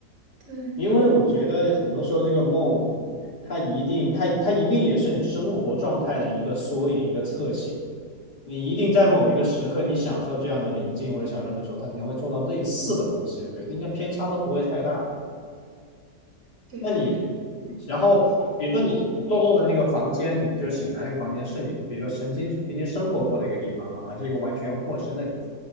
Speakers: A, on the right; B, on the left.
A: 对，
B: 因为我觉得很多时候这个梦，
A: 然后我
B: 它一定，它它一定也是你生活状态的一个缩影，一个侧写。你一定在某一个时刻，你享受这样的宁静或者享受的时候，它你会做到类似的东西，对，应该偏差都不会太大。
A: 对，
B: 那你，然后比如说你做梦的那个房间，你就醒来那个房间是你，比如说曾经曾经生活过的一个地方嘛，还是一个完全陌生的地方？